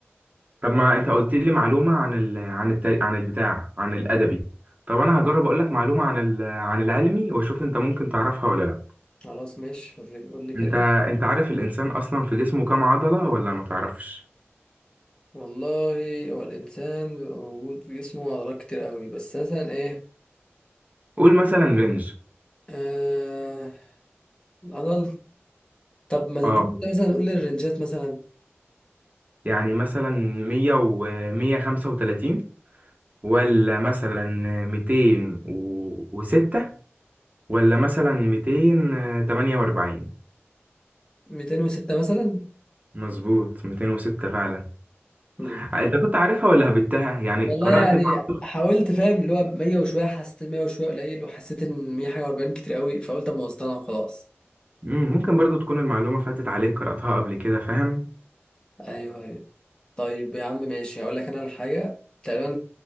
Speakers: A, on the right; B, on the left.
A: <laughs> طب ما أنت قلت لي معلومة عن ال... عن التاريخ عن البتاع عن الأدبي طب أنا هجرب أقول لك معلومة عن ال... عن العلمي وأشوف أنت ممكن تعرفها ولا لأ
B: خلاص ماشي وري- قول لي كده
A: أنت أنت عارف الإنسان أصلا في جسمه كام عضلة ولا ما تعرفش
B: والله هو الانسان بيبقى موجود في جسمه عضلات كتير قوي بس مثلا ايه
A: قول مثلا رينج
B: آه العضل طب ما
A: اه
B: تديني كده مثلا قول لي الرنجات مثلا
A: يعني مثلا مية ومية خمسة وتلاتين ولا مثلا ميتين وستة ولا مثلا ميتين تمانية وأربعين
B: 206 مثلا
A: مظبوط ميتين وستة فعلا
B: مم.
A: أنت كنت عارفها ولا هبتها يعني
B: والله
A: قرأت
B: يعني
A: المعلومة
B: حاولت فاهم اللي هو 100 وشويه حسيت 100 وشويه قليل وحسيت ان 100 حاجه و40 كتير قوي فقلت اما اوصلها خلاص
A: مم، ممكن برضو تكون المعلومة فاتت عليك قرأتها قبل كده فاهم
B: ايوه ايوه طيب يا عم ماشي هقول لك انا على حاجه تقريبا